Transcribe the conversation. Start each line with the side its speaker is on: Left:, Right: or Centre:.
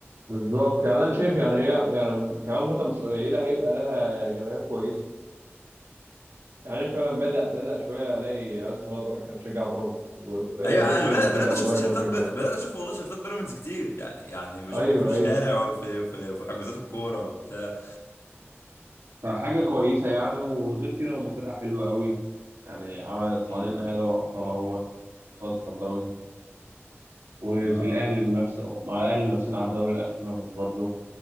Right: بالظبط يعني أنا شايف يعني هي يعني كمان فترة مش قليلة هيبقى لها جماهير كويسة يعني فعلا بدأ بدأ شوية ألاقي عيال صغيرة تقول لك إحنا بنشجع بيراميدز وبقيت
Left: ايوه
Right: أشوف
Left: انا
Right: ناس
Left: بدات
Right: بتشجع
Left: بدات اشوف
Right: وتقول
Left: تيشيرتات
Right: لك إحنا بنشجع
Left: بير-
Right: بيراميدز
Left: بدات اشوف والله تيشيرتات بيراميدز كتير يعني يعني بشوفهم
Right: أيوه
Left: في الشارع
Right: أيوه
Left: وفي في, في حجوزات الكوره وبتاع
Right: فحاجة كويسة يعني وغير كده هم فرقة حلوة أوي يعني عمل صعدين
Left: امم
Right: نهائي دوري أبطال أهوت صاد صن داونز وفي
Left: اه
Right: الاهلي منافسه مع الاهلي منافسين على الدوري لاخر نفس برضه